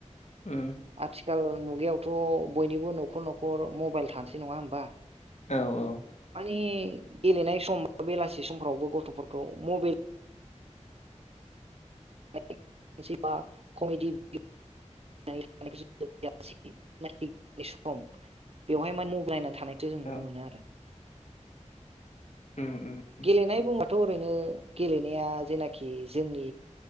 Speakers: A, on the left (about 65°); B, on the right (about 55°).
A: उम
B: आथिखाल मुगायावथ बयनिबो नखर नखर मबाइल थासै नङा होमबा?
A: औ औ
B: मानि गेलेनाय सम बा बेलासि समफ्रावबो गथफोरखौ मबाइल मोनसेबा कमेडि भिडि सम बेवहाय माने मबाइल नानै थानायखौ जों नुनो
A: औ
B: मोनो आरो।
A: उम उम उम
B: गेलेनाय बुंबाथ ओरैनो गेलेनाया जेनाखि जोंनि